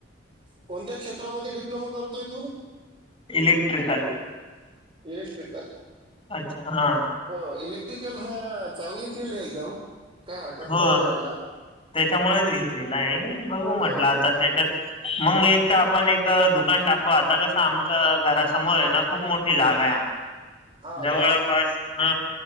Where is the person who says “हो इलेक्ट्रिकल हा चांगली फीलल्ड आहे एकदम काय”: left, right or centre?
Right